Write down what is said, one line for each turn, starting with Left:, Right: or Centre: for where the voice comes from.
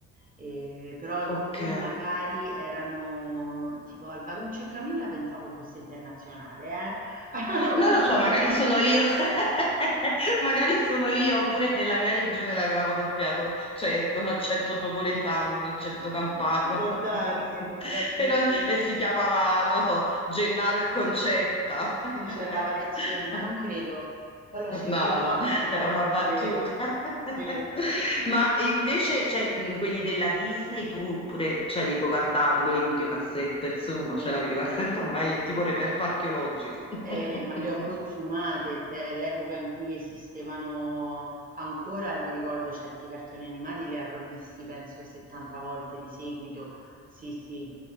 Right: Ehm, però alcuni
Left: Ok.
Right: magari erano tipo Alvaruccio e Camilla pensavo fosse internazionale, eh, <laughs>
Left: Non
Right: onestamente.
Left: lo so, magari sono io, <laughs> magari sono io, oppure nella mia regione l'avevano doppiato, cioè con accento napoletano, con accento campano,
Right: Può darsi,
Left: <laughs>
Right: può darsi
Left: e, non-
Right: sì.
Left: e si chiamava, non lo so, Gennaro e Concetta. <laughs>
Right: Sì, c'era la variazione, ma non credo. Poi lo cercherò
Left: No, no.
Right: e ti farò
Left: Era una
Right: sapere.
Left: battuta. <laughs>
Right: Sì.
Left: Ma invece, cioè, mh, quelli della Disney, tu pure, cioè, li guardavi, quelli in videocassetta, insomma,
Right: Sì,
Left: cioè la videocassetta
Right: brava, cioè
Left: ormai è tipo reperto archeologico. <laughs>
Right: Eh, ma le ho consumate, te- l'epoca in cui esistevano ancora e mi ricordo certi cartoni animati li avrò visti penso 70 volte di seguito. Sì, sì,